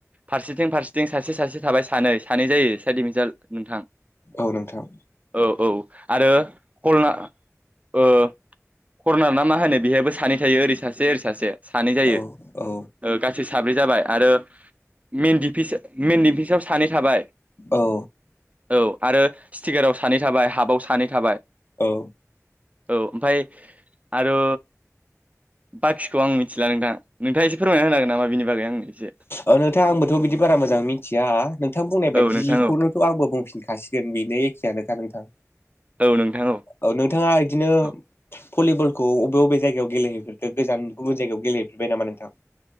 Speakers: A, on the right; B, on the left.
A: फारसेथिं फारसेथिं सासे सासे थाबाय सानै सानै जायो साइडिभिजनेल नोंथां
B: औ नोंथां
A: औ औ आरो खरनार ओ खरनार ना मा होनो बेहायाबो सानै थायो ओरै सासे ओरै सासे सानै जायो
B: औ औ
A: गासै साब्रै जाबाय आरो मेन डिफिसाव सानै थाबाय
B: औ
A: औ आरो स्टिकाराव सानै थाबाय हाबबाव सानै थाबाय
B: औ
A: औ ओमफ्राय आरो बाखिखौ आं मिथिला नोंथां नोंथाङ एसे फोरमायना होनो हागोन नामा बेनि बागै आंनो एसे
B: अ नोंथाङां आंबोथ' बिदि बारा मोजां मिथिया नोंथां बुंनाय बायदि
A: औ नोंथां
B: जिखौनोथ'
A: औ
B: आंबो बुंफिनखा खासिगोन बेनो एखेयानोखा नोंथां
A: औ नोंथां
B: औ नोंथाङा बिदिनो
A: औ
B: भलिबलखौ बबे बबे जायगायाव गेलेहैफेरखो गोजान गुबुन जायगायाव गेलेहैफेरबाय नामा नोंथां